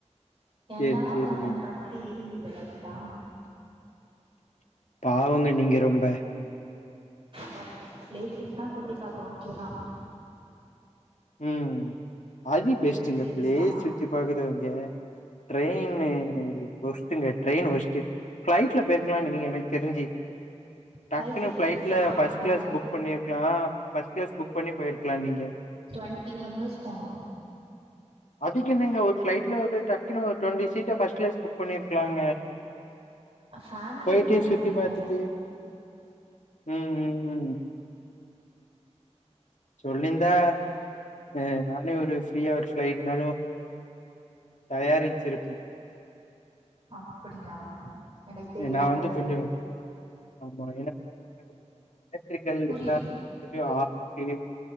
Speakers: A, on the right; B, on the left.
A: ஏன்டா
B: சேரி சேரி
A: போனன்ற மாதிரி பின்னுது லைட்டா
B: பாவங்க நீங்க ரொம்ப
A: பட் பிளேசஸ்ல்லா சுத்தி பாக்க ஓகேதா
B: ம் அது பெஸ்ட்டு
A: எக்ஸ்பீரியன்ஸ்
B: இங்க பிளேஸ்
A: தா
B: சுத்தி பாக்குதவைங்க ட்ரைனு ஒஷ்டுங்க ட்ரைன் ஒஷ்டு பிளைட்ல போயிருக்கலாங்க நீங்க எனக்கு தெரிஞ்சி டக்குனு
A: ஃப்ளைட்ல போயிருக்கலா
B: பிளைட்ல ஃபர்ஸ்ட்
A: நாங்க
B: கிளாஸ் புக் பண்ணிருக்கலா ஃபர்ஸ்ட் கிளாஸ் புக் பண்ணி போயிருக்கலா நீங்க
A: டு்வென்ட்டி மெம்பர்ஸ் போனோ
B: அதுக்கு என்னங்க ஒரு பிளைட்ல ஒரு டக்குனு ஒரு டுவென்டி சீட்ட ஃபர்ஸ்ட் கிளாஸ் புக் பண்ணிருக்களாங்க
A: ஃபேமிலி
B: போயிட்டு
A: எல்லாரு
B: சுத்தி
A: அப்டியே
B: பாத்துட்டு
A: போனோ
B: ம் ம் ம் சொல்லிருந்தா ஏங்க நானே ஒரு ஃப்ரீ ஹவர் பிளைட்னாலு தயாரிச்சிருப்பே
A: அப்படியா எனக்கு தெரியாதே
B: நா வந்து
A: அது
B: கொஞ்சோ ஆமா எனக்கு <inaudible> எலக்ட்ரிகல்
A: புரியல
B: <inaudible>